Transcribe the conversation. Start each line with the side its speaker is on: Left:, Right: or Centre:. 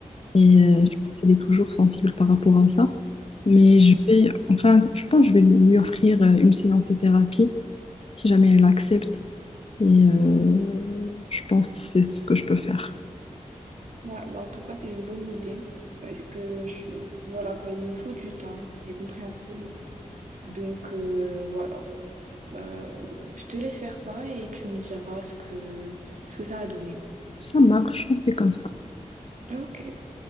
Left: Et euh, je pense qu'elle est toujours sensible par rapport à ça. Mais
Right: Mhm.
Left: je vais, enfin, je pense que je vais lui lui offrir euh, une séance de thérapie si jamais elle accepte. Et euh, je pense que c'est ce que je peux faire.
Right: Ouais, bah en tout cas, c'est une bonne idée. Parce que, je... voilà, quoi, il lui faut du temps, c'est compréhensible. Donc, euh, voilà. Euh, je te laisse faire ça et tu me diras ce que, ce que ça a donné.
Left: Ça marche, on fait comme ça.
Right: Ok.